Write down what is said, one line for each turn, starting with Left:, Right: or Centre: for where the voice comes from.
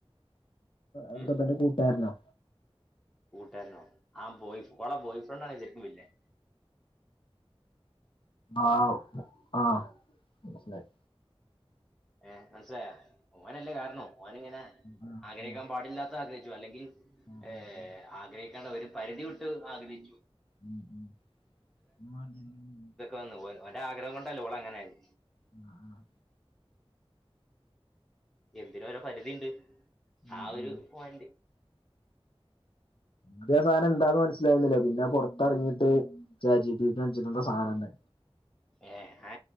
Left: എന്താ
Centre: ഉം
Left: പിന്നെ കൂട്ടരാനോ?
Centre: കൂട്ടാരനോ ആ ബോയ് ഓളെ ബോയ് ഫ്രണ്ട് ആണ് ശരിക്കും വില്ലൻ.
Left: ആ ആഹ് മനസിലായി.
Centre: ഏഹ് മനസ്സിലായോ? ഓനല്ലേ കരാണോ ഓൻ ഇങ്ങനെ
Left: ആ, ആ,
Centre: ആഗ്രഹിക്കാൻ പാടില്ലാത്ത ആഗ്രഹിച്ചു. അല്ലെങ്കിൽ
Left: ആ,
Centre: ഏഹ്
Left: ആ, ഉം,
Centre: ആഗ്രഹിക്കണ്ട ഒരു പരിധി വിട്ട് ആഗ്രഹിച്ചു.
Left: ഉം ഉം <inaudible>
Centre: വന്ന് ഓൻ ഓന്റെ ആഗഹം കൊണ്ടല്ലോ ഓള് അങ്ങന അയ്
Left: അഹ് അഹ്
Centre: എന്തിനോ ഒരോ പരിധിയുണ്ട്.
Left: ഉം,
Centre: ആ ഒരു
Left: ഉം,
Centre: പോയിന്റ്.
Left: ആദ്യ സാധനം എന്താന്ന് മനസ്സിലായിരുന്നില്ലേ പിന്നെ പുറത്തറങ്ങീട്ട് ചാറ്റ് ജി പി ടി അടിച്ചിട് എന്തോ സാന എന്ന്.
Centre: ഏ ആ